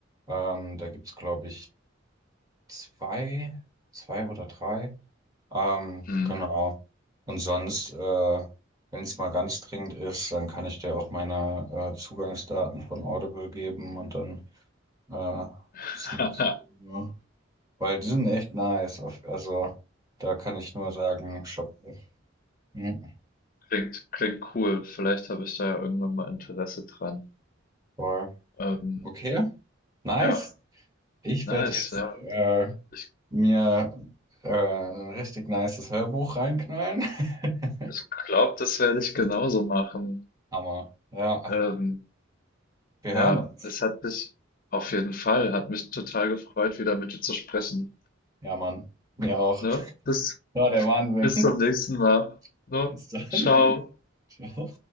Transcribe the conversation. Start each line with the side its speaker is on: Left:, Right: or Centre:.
Right: Ähm, da gibt's glaube ich, zwei, zwei oder drei. Ähm,
Left: Mhm.
Right: genau. Und sonst, äh, wenn es mal ganz dringend ist, dann kann ich dir auch meine äh, Zugangsdaten von Audible geben und dann äh,
Left: <laughs>
Right: Snacks. Ja. Weil die sind echt nice. Auf, also da kann ich nur sagen, shop. Mhm,
Left: Klingt, klingt cool. Vielleicht habe ich da ja irgendwann mal Interesse dran.
Right: voll.
Left: Ähm,
Right: Okay, nice.
Left: ja,
Right: Ich
Left: nice,
Right: werde jetzt
Left: ja.
Right: äh,
Left: Ich,
Right: mir äh, ein richtig nices Hörbuch reinknallen. <laughs>
Left: ich glaube, das werde ich genauso machen.
Right: Hammer. Ja,
Left: Ähm,
Right: wir
Left: ja,
Right: hören uns.
Left: es hat mich auf jeden Fall, hat mich total gefreut, wieder mit dir zu sprechen.
Right: Ja, Mann. Mir auch.
Left: Ne? Bis,
Right: Ja, der Wahnsinn.
Left: bis zum nächsten Mal.
Right: <laughs>
Left: Ne?
Right: Bis dann.
Left: Ciao.
Right: <laughs> Ciao.